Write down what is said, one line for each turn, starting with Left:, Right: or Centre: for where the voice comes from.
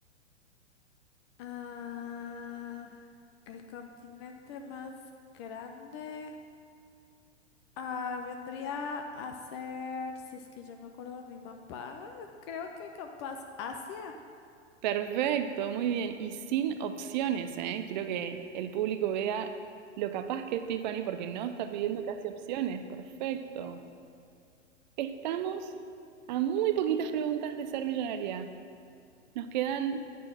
Left: Ah, el continente más grande ah, vendría a ser, si es que yo me acuerdo mi mapa, creo que capaz Asia.
Right: Perfecto, muy bien. Y sin opciones, ¿eh? Quiero que el público vea lo capaz que es Tiffany porque no está pidiendo casi opciones. Perfecto. Estamos a muy poquitas preguntas de ser millonaria. Nos quedan